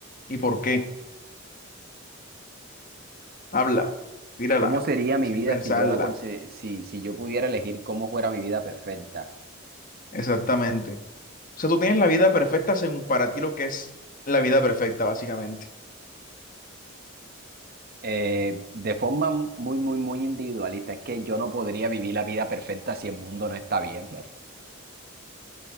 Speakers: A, on the left; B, on the right.
A: ¿Y por qué? Habla, tírala,
B: ¿Cómo sería mi
A: sin
B: vida
A: pensarla.
B: si yo la consi- si, si yo pudiera elegir cómo fuera mi vida perfecta?
A: Exactamente. O sea, tú tienes la vida perfecta según para ti lo que es la vida perfecta, básicamente.
B: Eh, de forma muy, muy, muy individualista, es que yo no podría vivir la vida perfecta si el mundo no está bien, ver.